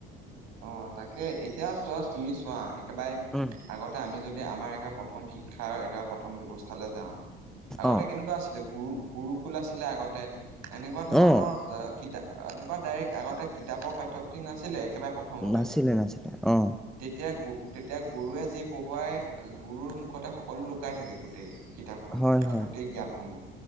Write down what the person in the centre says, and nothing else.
উম
অ
অ
নাছিলে নাছিলে অ
হয়
হয়